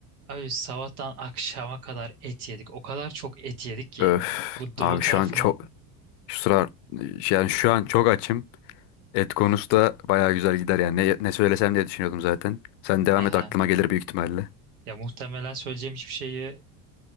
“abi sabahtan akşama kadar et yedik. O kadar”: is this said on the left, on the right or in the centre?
Right